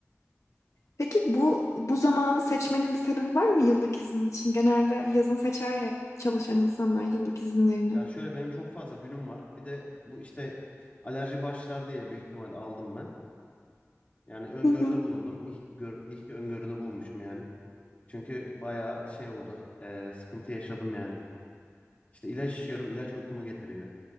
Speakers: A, on the left (about 75°); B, on the left (about 30°).
A: Peki bu bu zamanı seçmenin bir sebebi var mı yıllık izin için? Genelde yazın seçer ya çalışan insanlar yıllık izinlerini.
B: Ya şöyle benim çok fazla günüm var. Bir de bu işte alerji başlar diye büyük ihtimal aldım ben. Yani öngörüde
A: <laughs>
B: bulundum. İyi ki, gör, iyi ki öngörüde bulunmuşum yani. Çünkü bayağı şey oldu. Eee, sıkıntı yaşadım yani. İşte ilaç içiyorum. ilaç uykumu getiriyor.